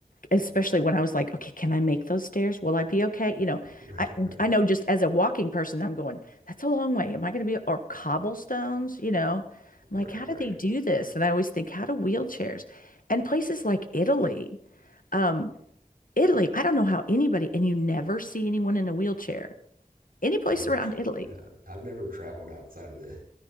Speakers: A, on the left (about 70°); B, on the right (about 85°).
A: especially when I was like, okay, can I make those stairs? Will I be okay? You know,
B: Right,
A: I
B: right,
A: I know just as a walking person I'm going, that's a long way. Am I going to be or cobblestones, you know? I'm
B: right,
A: like, how do
B: right.
A: they do this? And I always think, how do wheelchairs? And places like Italy, um Italy, I don't know how anybody and you never see anyone in a wheelchair. Any place
B: oh, you've
A: around
B: tr
A: Italy.
B: uh, I've never traveled outside of the